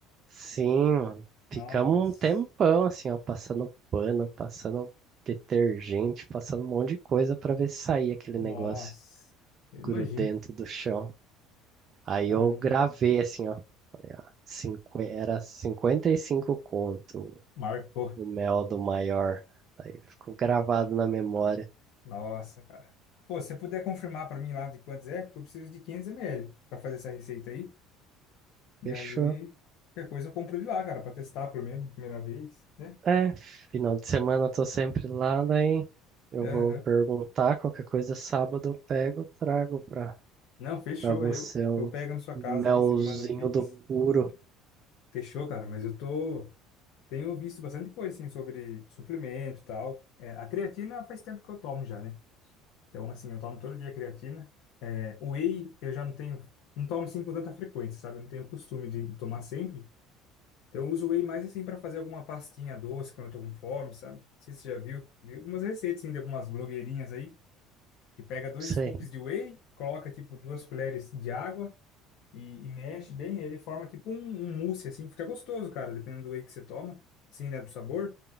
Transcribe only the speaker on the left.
Nossa.
Nossa.
Eu
imagino.
Caramba.
Marcou.
Nossa, cara. Pô, se você puder confirmar pra mim lá de quantos é, porque eu preciso de 500 ml pra fazer essa receita aí. E
aí, qualquer coisa eu compro de lá, cara, pra testar pelo menos, primeira vez, né?
Aham.
Não, fechou.
Eu,
eu pego na sua
casa aí, você me manda o Pix.
Fechou, cara, mas eu tô. Tenho visto bastante coisa, assim, sobre suplemento e tal. É, a creatina faz tempo que eu tomo já, né? Então, assim, eu tomo todo dia creatina. É, whey, eu já não tenho. Não tomo assim com tanta frequência, sabe? Eu não tenho costume de tomar sempre. Então, eu uso whey mais assim para fazer alguma pastinha doce quando eu tô com fome, sabe? Não sei se você já viu. Vi algumas receitas assim, de algumas blogueirinhas aí, que pega dois
scoops de whey, coloca tipo duas colheres de água e, e mexe bem, ele forma tipo um, um mousse assim, fica gostoso, cara, dependendo do whey que você toma, assim, né, do sabor,